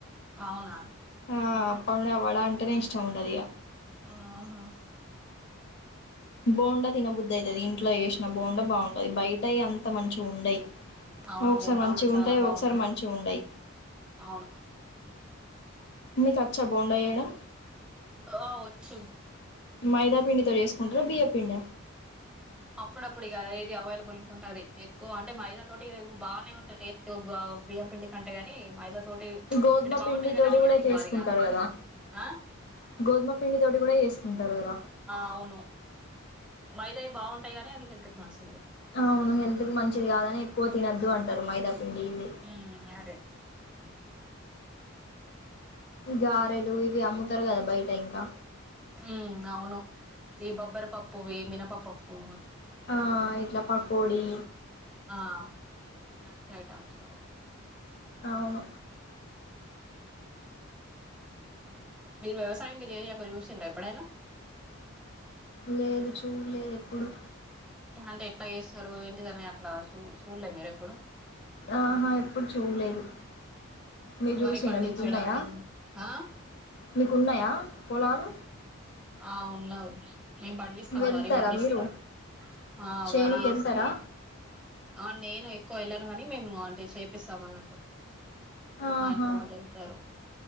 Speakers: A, in the centre; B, on the left.
A: అవునా
B: ఆ <unintelligible> వడ అంటేనే ఇష్టం ఉండదు ఇగ
A: ఆహ
B: బోండా తినబుద్దు అయితది ఇంట్లో వేసిన బోండా బాగుంటది బయట అయి అంత మంచిగా ఉండయి
A: అవును
B: ఒకసారి
A: బోండా
B: మంచిగా
A: కూడా చాలా
B: ఉంటాయి
A: బాగుంటది
B: ఒకసారి మంచి ఉండయి
A: అవును
B: మీకచ్చా బోండా చేయడం
A: ఆ వచ్చు
B: మైదా పిండితో చేేసుకుంటార బియ్యపిండ
A: అప్పుడప్పుడు ఇగ ఏది అవైలబుల్ అనుకుంటే అది, ఎక్కువ అంటే మైదా తోటి బానే ఉంటె టేస్ట్ బియ్యం పిండి కంటేగాని మైదా. తోటి
B: గోధుమ
A: అంటే బాగుంటది
B: పిండి
A: కానీ
B: తోటి
A: అది
B: కూడా
A: హెల్త్ కి
B: చేసుకుంటారు
A: బాది కాదు
B: కదా,
A: ఆ
B: గోధుమ పిండి తోటి కూడా చేస్. కుంటారు కదా
A: ఆ అవును మైదావి బాగుంటాయి అని అది హెళ్తుకి మంచ్
B: ఆవును మెన్ మంచిది కాదని ఎక్కువ తినొద్దు అంటరు మైదా పిండి ఇవి
A: హుమ్ అరే
B: ఉ గారెలు యి ఇవి అమ్ముతారు కదా బయట ఇంకా
A: హ్మ్ అవును ఈ బబ్బర్ పప్పు వే మినప పప్పు
B: ఆ ఇట్లా పకోడి
A: ఆ స్నాక్స్ ఐటమ్స్ కోవన్
B: అవును
A: మీరు వ్యవసాయంగా చేయంగా చూసిండా ఎప్పుడైనా
B: లేదు చూడ్ లేదు ఎప్పుడు
A: అంటే ఎట్లా చేస్తారు ఏంటిదని అట్లా చూ చూడలే మీరు ఎప్పుడు
B: ఆహా ఎప్పుడు చూడలేదు మీరు
A: వరి
B: చూసిరా
A: పండించడం
B: మీకున్నాయా
A: ఆ
B: మీకున్నాయా పోలాలు
A: ఆ ఉన్నావ్ మేం పండిస్తాం
B: వెళ్తారా
A: వరి పండిస్తాం
B: మీరు
A: ఆ
B: చేనుకి
A: వరి వేస్తాం
B: వెళ్తారా
A: ఆ నేను ఎక్కువ వెళ్ళను ని మేము అంటే చేపిస్తామ అన్నట్టు
B: ఆహా
A: మా ఇంట్లో వాళ్ళు వెళ్తారు